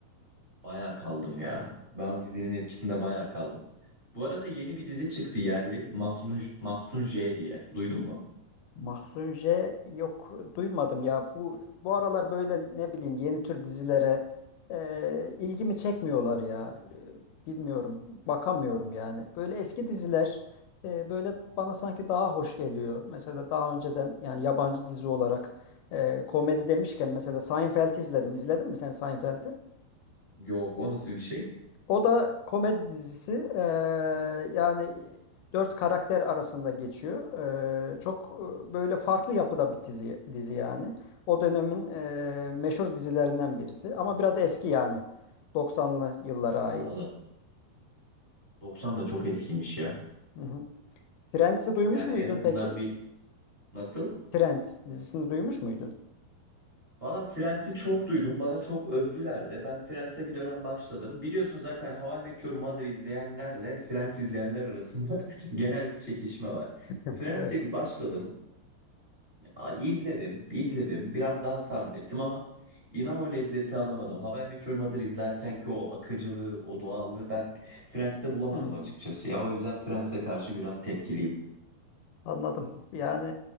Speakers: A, on the right; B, on the left.
A: Baya kaldım ya. Ben o dizinin etkisinde baya kaldım. Bu arada yeni bir dizi çıktı yerli. Mahzun, Mahzun J diye. Duydun mu?
B: Mahzun J yok duymadım ya. Bu bu aralar böyle ne bileyim yeni tür dizilere e, ilgimi çekmiyorlar ya. E, bilmiyorum. Bakamıyorum yani. Böyle eski diziler e, böyle bana sanki daha hoş geliyor. Mesela daha önceden yani yabancı dizi olarak e, komedi demişken mesela Seinfeld'i izledim. İzledin mi sen Seinfeld'i?
A: Yok o nasıl bir şey?
B: O da komedi dizisi. Ee, yani dört karakter arasında geçiyor. Ee, çok e, böyle farklı yapıda bir dizi, dizi yani. O dönemin e, meşhur dizilerinden birisi. Ama biraz eski yani. 90'lı yıllara
A: Al
B: ait.
A: al. al. 90 da çok eskimiş ya.
B: Hı hı. Friends'i duymuş
A: Yani
B: muydun
A: en azından
B: peki?
A: bir nasıl?
B: Friends dizisini duymuş muydun?
A: Valla Friends'i çok duydum. Bana çok övdüler de. Ben Friends'e bir dönem başladım. Biliyorsun zaten How I Met Your Mother izleyenlerle Friends izleyenler arasında <laughs> genel bir çekişme var.
B: Evet.
A: Friends'e bir başladım. A- İzledim, izledim. Biraz daha sabrettim ama inan o lezzeti alamadım. How I Met Your Mother izlerken ki o akıcılığı, o doğallığı ben Friends'te bulamadım
B: Hmm,
A: açıkçası. Ya o yüzden Friends'e karşı biraz tepkiliyim.
B: anladım. Yani